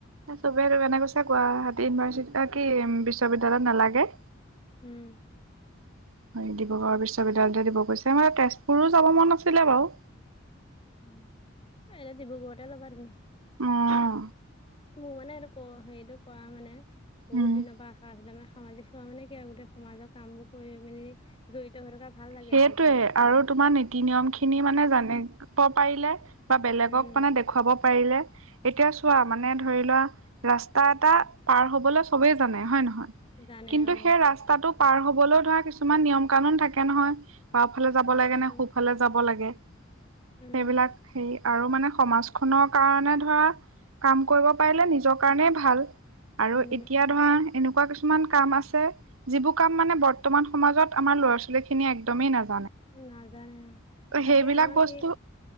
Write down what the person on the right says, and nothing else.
চবেই ত এনে কৈছে গুৱাহাটী ইউনিভাৰ্চিটি কি বিশ্ববিদ্যালয়ত নালাগে।
<inaudible> হয় ডিব্ৰুগড় বিশ্ববিদ্যালয়তে দিব গৈছে। মানে তেজপুৰো যাব মন আছিলে বাও।
অহ।
উম
সেইটোৱে
আৰু তোমাৰ নীতি-নিয়ম খিনি মানে জানিব পাৰিলে বা বেলেগক
মানে দেখুৱাব পাৰিলে, এতিয়া চোৱা মানে ধৰি লোৱা ৰাস্তা এটা পাৰ হবলে চবে জানে। হয় নহয়?
কিন্তু
সেই ৰাস্তাটো পাৰ হবলৈও ধৰা কিছুমান নিয়ম-কানুন থাকে নহয়। বাওফালে যাব
লাগে নে সোফালে যাব লাগে
হেইবিলাক হে আৰু মানে সমাজখনৰ কাৰণে ধৰা কাম কৰিব পাৰিলে নিজৰ কাৰণেই ভাল। আৰু
এতিয়া ধৰা এনেক এনেকুৱা কিছুমান কাম আছে যিবোৰ কাম মানে বৰ্তমান সমাজত আমাৰ ল'ৰা ছোৱালী খিনিয়ে একদমেই নাজ
সেইবিলাক
বস্তু